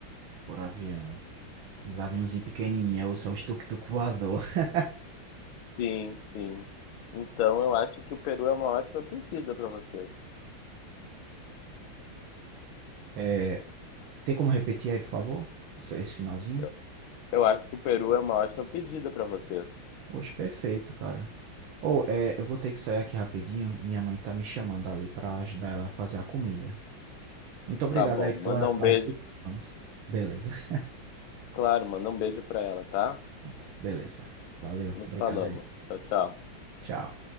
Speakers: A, on the right; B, on the left.
A: Por avião. Os aviãozinhos pequenininhos, ou só os tuk-tuk voador. <laughs>
B: Sim, sim. Então eu acho que o Peru é uma ótima pedida para vocês.
A: É, tem como repetir aí, por favor? Esse, esse finalzinho?
B: Eu, eu acho que o Peru é uma ótima pedida para vocês.
A: Poxa, perfeito, cara. Ou, é, eu vou ter que sair aqui rapidinho. Minha mãe tá me chamando ali pra ajudar ela a fazer a comida. Muito obrigado
B: Tá bom,
A: aí
B: manda
A: pela,
B: um
A: pelas
B: beijo.
A: dicas, vamos. Beleza. <laughs>
B: Claro, manda um beijo para ela, tá?
A: Pronto, beleza. Valeu,
B: Nos
A: obrigado
B: falamos.
A: aí.
B: Tchau, tchau.
A: Tchau.